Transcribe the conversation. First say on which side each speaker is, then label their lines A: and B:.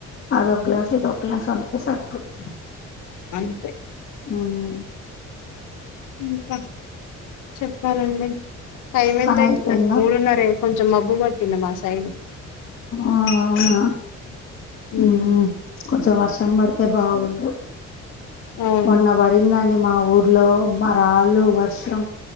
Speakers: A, on the left; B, on the left.
A: అద ఒక గ్లాస్ ఇద ఒక గ్లాస్ వంతే సరిపోతుంది
B: అంతే
A: హూ హమ్
B: ఇంకా చెప్పాలండి టైం
A: పని
B: ఎంత అయితుందండి
A: అయిపోయిందా
B: మూడున్నర అయితు కొంచెం మబ్బు పట్టింది మా సైడ్
A: ఆ అవునా
B: ఉమ్
A: ఉం కొంచెం వర్షం పడితే బాగుండు
B: అవును
A: మొన్న పడిందండి మా ఊర్లో మ రాళ్ళు వర్షం